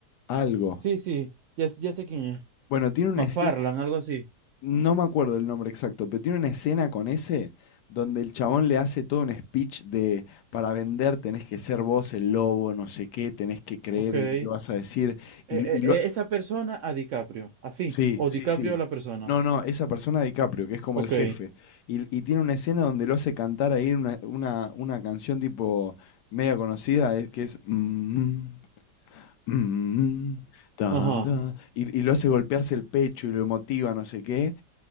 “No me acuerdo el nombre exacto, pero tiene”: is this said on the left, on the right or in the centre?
Left